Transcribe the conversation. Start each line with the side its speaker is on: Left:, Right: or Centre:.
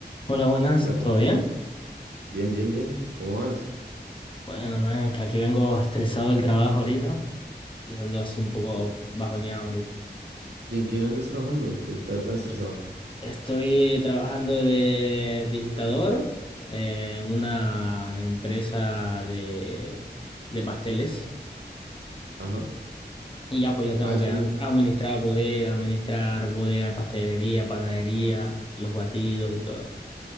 Left: Hola, buenas,
Right: Hola,
Left: ¿todo
Right: co-
Left: bien?
Right: bien, bien, bien. ¿Cómo vas?
Left: Bueno, man, que aquí vengo estresado del trabajo ahorita y ando así un poco
Right: Sí,
Left: bajoneado ahorita.
Right: ¿Y en qué andas trabajando? Que estás tan estresado.
Left: Estoy trabajando de digitador en una empresa de, de pasteles
Right: Ajá.
Left: y ya pues yo tengo
Right: Ah, es
Left: que
Right: como,
Left: am- administrar bodega, administrar bodega de pastelería, panadería, los batidos y todo.